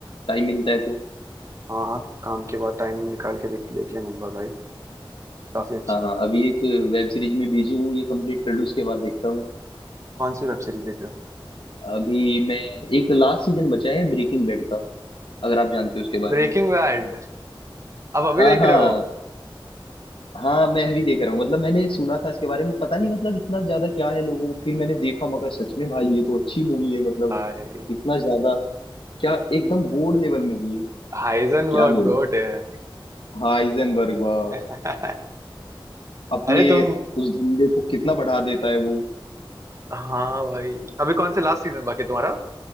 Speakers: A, on the left (about 75°); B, on the right (about 35°).
A: टाइम मिलता है तो
B: हाँ हाँ काम के बाद टाइम निकाल के देख देख लिया मैंने बोला, भाई काफी अच्छी
A: हाँ
B: है
A: हाँ अभी एक वेब सीरीज में बिजी हूँ ये कंप्लीट कर लूँ उसके बाद देखता हूँ
B: कौन सी वेब सीरीज देख रहे हो
A: अभी मैं एक लास्ट सीजन बचा है ब्रेकिंग बैड का अगर आप जानते हो उसके बारे
B: Breaking
A: में
B: Bad अब अभी
A: हाँ
B: देख
A: हाँ
B: रहे हो
A: हाँ मैं अभी देख रहा हूँ मतलब मैंने सुना था इसके बारे में पता नहीं मतलब इतना ज्यादा क्या है लोगों को फिर मैंने देखा मगर सच में भाई ये तो अच्छी मूवी है मतलब
B: हाय
A: इतना ज्यादा क्या एकदम गोल्ड लेवल मूवी है
B: हाइजनबर्ग
A: क्या बोले
B: गोट है
A: हाँ हाइजेनबर्ग वाह
B: <laughs>
A: अपने
B: अरे तुम
A: उस धंधे को कितना बढ़ा देता है वो
B: हाँ भाई अभी कौन से लास्ट सीजन बाकी है तुम्हारा